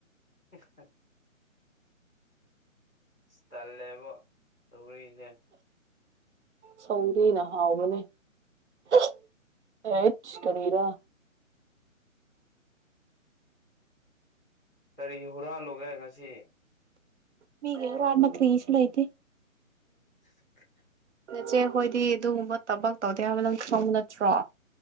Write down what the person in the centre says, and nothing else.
ꯁꯤꯁꯇ ꯢꯁ ꯇꯜꯂꯦꯕꯣ ꯇꯧꯔꯤꯖꯦ
ꯀꯔꯤ ꯍꯨꯔꯥꯜꯂꯨꯒꯦ ꯉꯥꯁꯤ
<unintelligible>